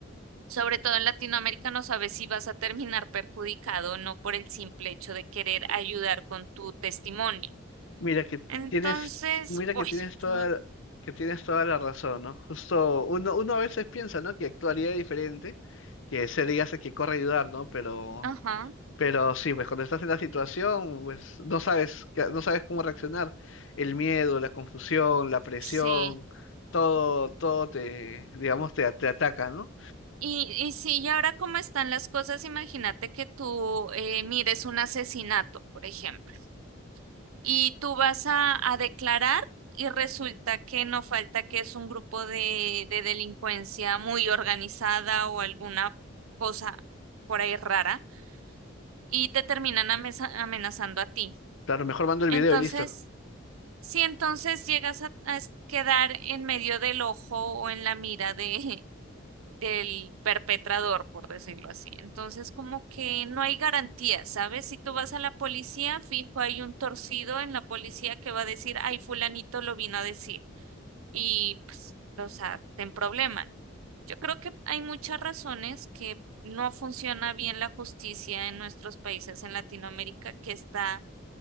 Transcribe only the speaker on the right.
sobre todo en Latinoamérica no sabes si vas a terminar perjudicado o no por el simple hecho de querer ayudar con tu testimonio.
Entonces,
bueno,
yo,
ajá,
sí.
Y, y sí, y ahora cómo están las cosas, imagínate que tú eh, mires un asesinato, por ejemplo, y tú vas a, a declarar y resulta que no falta que es un grupo de, de delincuencia muy organizada o alguna cosa por ahí rara y te terminan amesa- amenazando a ti.
Entonces,
si entonces llegas a, a es- quedar en medio del ojo o en la mira de, <laughs> del perpetrador, por decirlo así, entonces como que no hay garantía, ¿sabes? Si tú vas a la policía, fijo, hay un torcido en la policía que va a decir, ay, fulanito lo vino a decir. Y pues, o sea, te probleman. Yo creo que hay muchas razones que no funciona bien la justicia en nuestros países en Latinoamérica, que está